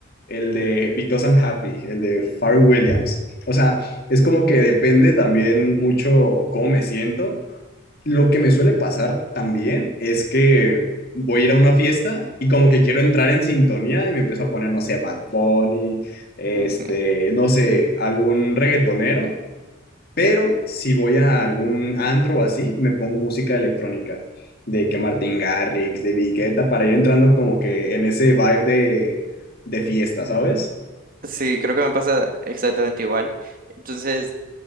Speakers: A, on the left; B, on the right.
A: el de Because I'm Happy, el de Pharrell Williams. O sea, es como que depende también mucho cómo me siento. Lo que me suele pasar también es que voy a ir a una fiesta y como que quiero entrar en sintonía y me empiezo a poner, no sé, Bad Bunny, este,
B: <laughs> Ujú.
A: no sé, algún reggaetonero, pero si voy a algún antro o así, me pongo música electrónica, de que Martin Garrix, de Vigueta, para ir entrando como que en ese vibe de, de fiesta, ¿sabes?
B: Sí, creo que me pasa exactamente igual. Entonces,